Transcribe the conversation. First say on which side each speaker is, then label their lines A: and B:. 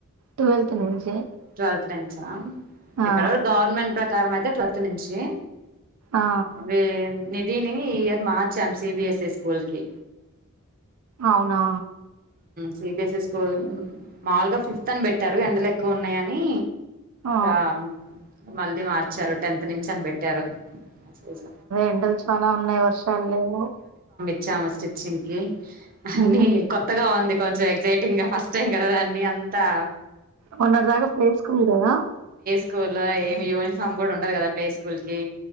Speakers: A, on the right (about 80°); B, on the right (about 40°).
A: ట్వెల్త్ నుంచి
B: ట్వల్త్ నుంచా
A: ఆ
B: ఇక్కడైన గవర్నమెంట్ ప్రకారం అయితే ట్వల్ త్ నుంచీ
A: ఆ
B: ఆదే నిధిని ఈ ఇయర్ మార్చాం సిబిఎస్ఎస్ స్కూల్ కి
A: అవునా
B: సిబీఎస్ఎస్ స్కూల్‌ మాములుగా ఫిఫ్త్ అని పెట్టారు ఎండలు ఎక్కువ ఉన్నాయని
A: ఆ
B: అ మళ్ళీ మార్చారు టెన్త్ నుంచి అని పెట్టారు జె జ
A: ఎండల్‌ చాలా ఉన్నాయి వర్షాలు లేవు
B: ఇచ్చఅమ స్టిచ్చింగ్ కి హన్నీ
A: ఉహు
B: కొత్తగా ఉంది కొంచెం ఎగ్జైటింగ్ గా ఫస్ట్ టైం గద దాన్నీ అంతా
A: మొన్నటిదకా ప్లే స్కూల్‌ గద
B: స్కూల్‌ లో ఏమి యూనిఫామ్ కూడా ఉండదు కదా ప్లే స్కూల్ కి